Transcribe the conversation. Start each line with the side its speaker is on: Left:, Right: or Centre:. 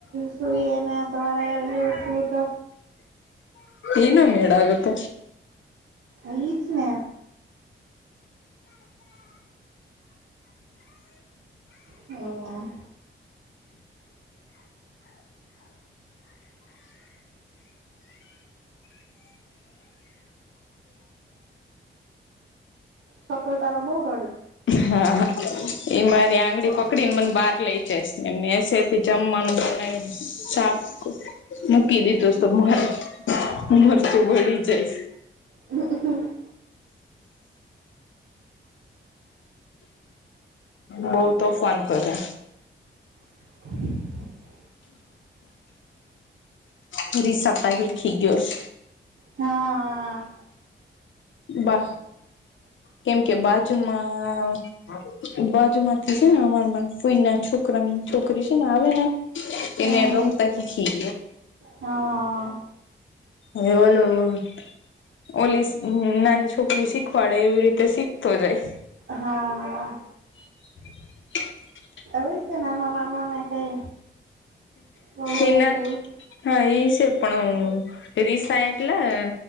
Right: સુઈ ને સવારે ઉઠવું તો
Left: એનો મેડ આાગત
Right: એ જ ને હ છોકર તારમ ઉરાડ
Left: હા હા એ મારી આંગળી પકડી ને મને બહાર લઇ જસ એમનેસે એજમ મન સાાફ મૂકી દીધોરે મરચું વળી જાય
Right: હ હ
Left: બહ તો ફોન કરે
Right: <unintelligible>
Left: પૂરી સપતાહી ખીજસ
Right: હા
Left: બા કેમ કે બાજુમાં બાજુ માંથી છે ને અમાર કોઈ ના છોકરાની છોકરી છે ને આવે ને
Right: હમ
Left: એને રમ તોકી
Right: હા
Left: એવલોું. ઓલી નાની છોકરી શીખવાડે એવી રીતે શીખતો જાય.
Right: હા.
Left: <inaudible>
Right: હીતે નાના વાના ને કઈ. બહુ એ
Left: એના.
Right: જેવું
Left: હા એઈ છે પણણ રીસા આઈટલા.